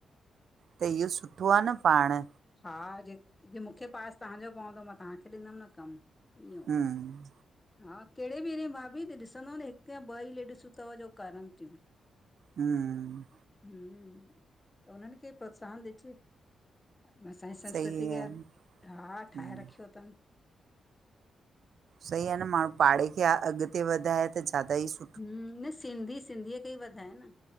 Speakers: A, on the right (about 65°); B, on the left (about 15°).
A: त इह्यो सुठो आ न पांण
B: हा, जे जींअ मुखे पास तव्हांजो पवंदो मां, तव्हांखे ॾींदमि न कमु इहो
A: हम्म
B: आहे हा कहिड़े बि एरीये में भाभी हिते ॾिसंदव न हिकु या ॿ ई लेडिसूं तव जो करनि तियूं
A: हम्म
B: हम्म, त उन्हनि खे प्रोत्साहन ॾिजे अ असांजी संस्कृति
A: सही
B: खे
A: आहे
B: हा,
A: न
B: ठाहे
A: हम्म
B: रखियो तनि
A: सही आ न माण्हूं, पाड़े खे अॻिते वधाए त ज्यादा ई सु
B: हम्म, न सिंधी सिंधीअ खे ई वधाए न